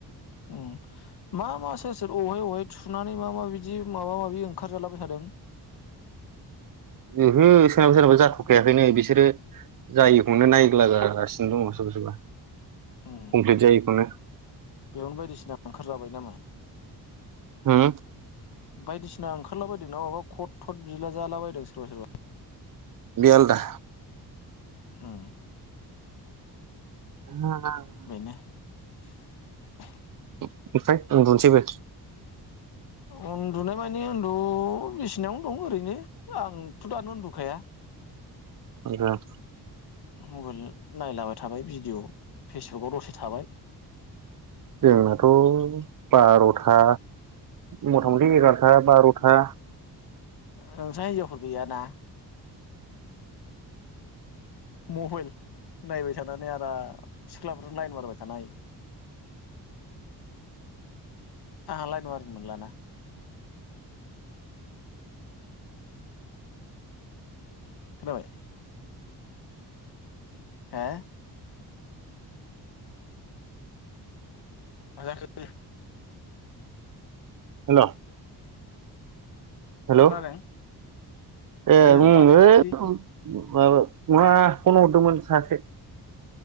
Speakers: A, on the left; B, on the right.
A: उ ममा मा सोर सोर अहाय अहाय थुनानै मा मा बिदि माबा माबि ओंखारजालाबाय थादों।
B: ओहो सोरनाबा सोरनाबा जाथ'खायाखैनो बिसोरो जायखौनो नायग्ला जागासिनो दङ सोरबा सोरबा
A: उम
B: कमप्लिट जायोखौनो।
A: बेयावनो बायदिसिना ओंखारजाबाय नामा?
B: होम?
A: बायदिसि सिना ओंखारलाबायदोंना माबा कट थट बिला जाला बदों सोरबा सोरबा।
B: बे आलदा
A: ओम
B: <inaudible>
A: बेनो <inaudible>
B: ओमफ्राय उन्दुनोसैबो?
A: उन्दु नाय माने उनदु बिसिनायावनो दं ओरैनो आंथ' दानो उन्दुखाया
B: <inaudible>
A: मबाइल नायलाबाय थाबाय भिडिअ फेसबुकाव दसे थाबाय
B: जोंनाथ' बार'था
A: ओमफ्राय
B: मथा मथि एगार'था बार'था
A: नोंस्रा हिनजावफोर गैयाना मबाइल नायबाय थानानै आरो सिख्लाफोर लाइन मारबाय थानो हायो। आंहा लाइन मारिनो मोनला ना खोनाबाय ‌हो मा थाखो
B: हेलौ हेल'
A: खोनादों
B: ए
A: ओ
B: उम
A: माथो बिदि
B: माबा मा फन हरदोंमोन सासे